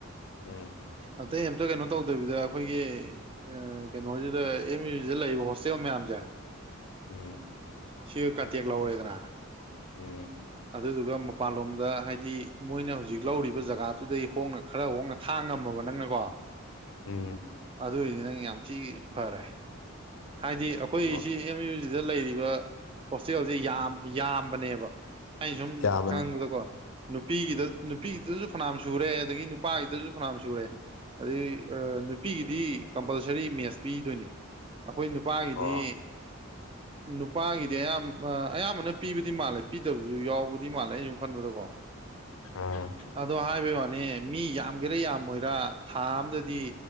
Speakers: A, on the left (about 75°); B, on the right (about 25°).
A: ꯎꯝ
B: ꯑꯇꯩ ꯑꯝꯇ ꯀꯩꯅꯣ ꯇꯧꯗꯕꯤꯗ ꯑꯩꯈꯣꯏꯒꯤ ꯑꯦ ꯀꯩꯅꯣꯖꯤꯗ ꯑꯦꯝ ꯌꯨꯖꯤꯗ ꯂꯩꯔꯤꯕ ꯍꯣꯁꯇꯦꯜ ꯃꯌꯥꯝꯖꯦ
A: ꯎꯝ
B: ꯁꯤꯒ ꯀꯟꯇꯦꯛ ꯂꯧꯔꯦꯗꯅ
A: ꯎꯝ
B: ꯑꯗꯨꯗꯨꯒ ꯃꯄꯥꯟꯂꯣꯝꯗ ꯍꯥꯏꯗꯤ ꯃꯣꯏꯅ ꯍꯧꯖꯤꯛ ꯂꯧꯔꯤꯕ ꯖꯒꯥꯗꯨꯗꯩ ꯍꯣꯡꯅ ꯈꯔ ꯍꯣꯡꯅ ꯊꯥ ꯉꯝꯃꯕ ꯅꯪꯅꯀꯣ
A: ꯎꯝ
B: ꯑꯗꯨꯏꯗꯤ ꯅꯪ ꯌꯥꯝ ꯊꯤ ꯐꯔꯦ ꯍꯥꯏꯗꯤ ꯑꯈꯣꯏ
A: ꯑꯣ
B: ꯁꯤ ꯑꯦꯝ ꯌꯨꯖꯤꯗ ꯂꯩꯔꯤꯕ ꯍꯣꯁꯇꯦꯜꯖꯦ ꯌꯥꯝ ꯌꯥꯝꯕꯅꯦꯕ ꯑꯩꯅ ꯁꯨꯝ
A: ꯌꯥꯕꯅꯦ
B: ꯈꯪꯕꯗꯀꯣ ꯅꯨꯄꯤꯒꯤꯗ
A: ꯎꯝ
B: ꯅꯨꯄꯤꯒꯤꯗꯖꯨ ꯐꯅꯥꯝ ꯁꯨꯔꯦ ꯑꯗꯒꯤ ꯅꯨꯄꯥꯒꯤꯗꯁꯨ ꯐꯅꯥꯝ ꯁꯨꯔꯦ ꯑꯗꯩ ꯑꯥ ꯅꯨꯄꯤꯒꯤꯗꯤ ꯀꯝꯄꯜꯁꯔꯤ ꯃꯦꯁ ꯄꯤꯗꯣꯏꯅꯦ ꯑꯩꯈꯣꯏ ꯅꯨꯄꯥꯒꯤꯗꯤ
A: ꯑꯣ
B: ꯅꯨꯄꯥꯒꯤꯗꯤ ꯑꯌꯥꯝ ꯑꯌꯥꯝ ꯑꯅꯝꯕꯅ ꯄꯤꯕꯗꯤ ꯃꯥꯜꯂꯦ ꯄꯤꯗꯕꯁꯨ ꯌꯥꯎꯕꯗꯤ ꯃꯥꯜꯂꯦ ꯑꯩꯅ ꯁꯨꯝ ꯈꯟꯕꯗꯀꯣ
A: ꯎꯝ
B: ꯑꯗꯣ ꯍꯥꯏꯕ ꯋꯥꯅꯤ ꯃꯤ ꯌꯥꯝ ꯒꯦꯔꯥ ꯌꯥꯝꯃꯣꯏꯔꯥ ꯊꯥ ꯑꯝꯗꯗꯤ